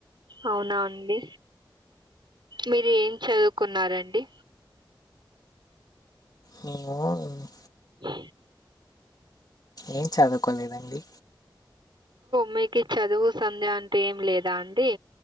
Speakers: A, on the right; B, on the left.
A: అవునా అండి మీరు ఏం చదువుకున్నారండి
B: నేను
A: అ
B: ఏం చదువుకోలేదండి
A: మీకి చదువు సంధ్య అంటే ఏం లేదా అండి